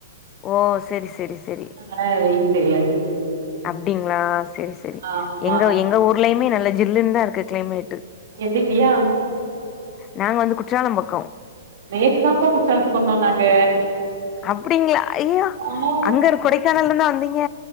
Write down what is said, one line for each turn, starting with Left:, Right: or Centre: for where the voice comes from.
Left: ஓ செரி செரி செரி
Right: அ வெயில் தெரியாது
Left: அப்டிங்ளா செரி செரி
Right: ஆமா
Left: எங்க எங்க ஊர்லயுமே நல்ல ஜில்லுன்தாருக்கு க்ளைமேட்
Right: எந்தங்கியா
Left: நாங்க வந்து குற்றால பக்கோ
Right: நேத்துதாப்பா குற்றாலத்துக்கு வந்தோ நாங்க
Left: அப்டிங்ளா ஐயோ
Right: ஆமா
Left: அங்கரு கொடைக்கானலருந்தா வந்தீங்க